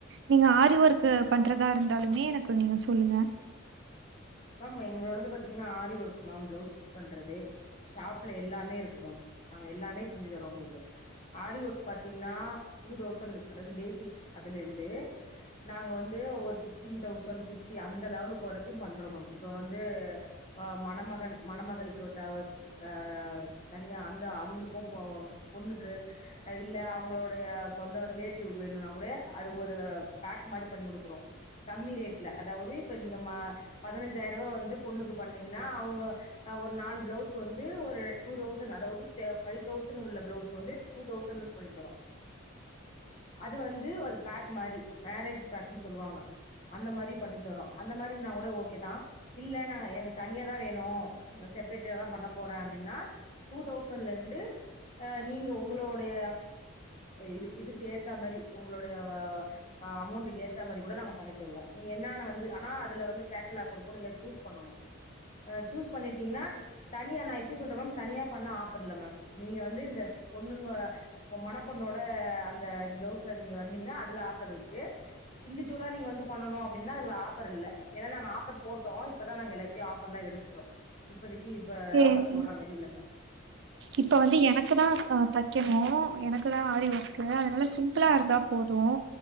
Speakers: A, on the right (about 55°); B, on the left (about 35°).
A: நீங்க ஆரி ஒர்க் பண்றதா இருந்தாலுமே எனக்கு நீங்க சொல்லுங்க
B: மேம் எங்களோடு பாத்தீங்கன்னா ஆரி ஒர்க்மேம் பிளவுஸ் ஸ்டிச் பண்றது ஷாப்ல எல்லாமே இருக்கு மேம் நாங்க எல்லாமே செஞ்சு தரறோம் உங்களுக்கு ஆரி ஒர்க் பாத்தீங்கன்னா டூ தௌசண்ட் அதாவது பேசிக் அதுல இருந்து நாங்க வந்து ஒரு பிப்டீன் தௌசண்ட் பிப்டி அந்த லெவலு வரைக்கும் பண்றோம் மேம் இப்ப வந்து மணமகன் மணமகளுக்கு தவத் த தனியா அந்த அவுங்ளுக்ககு போவம் பொண்ணுக்கு அ இல்ல அவுங்ளோடைய சொந்த ரிலேட்டிவ் வேணுன்னா கூட அது ஒரு பேக் மாரி பண்ணி குடுக்குறோ கம்மி ரேட்ல அதாவுது இப்ப நீங்க ம பதுனஞ்சாயர்வா வந்து பொண்ணுக்கு பண்ணீங்னா அவுங்க அ ஒரு நாலு ப்ளவுஸ் வந்து ஒரு டூ தௌசண்ட் அதாவ்து ஃபைவ் தௌசண்ட் உள்ள ப்ளவுஸ் வந்து டூ தௌசண்ட்ல பொய்ட்டுறோ அத் து வந்து ஒரு பேக் மாரி மேரேஜ் பேக்ன் சொல்வாங்க அந்த மாரி பண்ணி தரோ அந்த மாரி நா கூடே ஓகேதா இல்ல நாங்க எனக்கு தனியாதா வேணு செப்ரேட்டேதா பண்ண போற அப்டின்னா டூ தௌசண்ட்லேந்து அ நீங்க உங்களோடைய இது இதுக்கு ஏத்தாமா உங்களோடைய அ அமௌண்ட்டுக்கு ஏத்தா மரி கூட நாங்க பண்ணி தருவோ நீங்க என்னன்ன வந்து ஆனா அதுல வந்து கேட் லாக் இருக் கு நீங்க சூஸ் பண்ணனு அ சூஸ் பண்ணிட்டீங்னா தனியா நா இப் டு சொல்ற மேம் தனியா பண்ண ஆஃபர் இல்ல மேம் நீங்க வந்து இந்த பொண்ணுங்க ஒ மணப்பண்ணோட அந்த இது ப்ளவுஸ்ல நீங்க வந்தீங்னா அதுல ஆஃபர் இருக்கு இந்துஜுவலா நீங்க வந்து பண்ணனு அப்டின்னா அதுல ஆஃபர் இல்ல ஏன்னா நா ஆஃபர் போட்டோ இப்பதா நாங்க எல்லாத்தையு ஆஃபர்லா எடுத்துட்டோ இப்பதிக்கி இப்ப
A: சேரி.
B: ஆஃபர் போட்றா மரி இல்லம்
A: இப்ப வந்து எனக்கு சா தக்கணு எனக்கு தா ஆரி ஒர்க் கு அதனால சிம்புளா இருந்தா போது